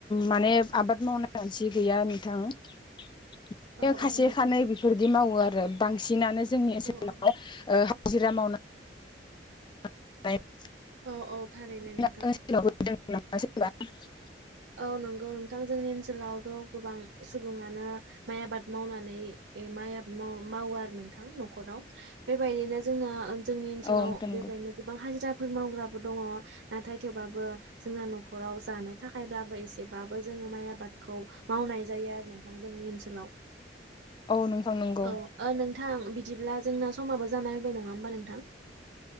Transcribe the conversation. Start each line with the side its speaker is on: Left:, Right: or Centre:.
Left: माने- <inaudible> आबाद मावनाय मानसि गैया नोंथां' बिनो
Right: औ
Left: खासे
Right: औ नंगौ
Left: खानै बेफोरदि मावो आरो बांसिनानो जोंनि ओनसोलाव
Right: औ औ
Left: हाजिरा मावनो <unintelligible>
Right: औ औ थारैनो नोंथां।
Left: ओनसोलावबो <unintelligible>
Right: औ नंगौ नोंथां जोंनि ओनसोलावथ' गोबां सुबुङानो म आब माव म आब माव नोंथां न'बायनो जों जोंनि ओनोलाव
Left: औ नोंथां नंगौ
Right: बेनो गोबां हाजिरा फोर मावग्राबो दङ नाथाय थेवबाबो जोंना न'खराव जानो थाखाय थाखायब्लाबो एसेबाबो जोङो माइ आबादखौ मावनाय जायो आरो नोंथां जोंनि ओनसोलाव
Left: औ नोंथां नंगौ
Right: औ नोंथां बिदिब्ला जोंना समाबो जाना होबाय नङा होमबा नोंथां?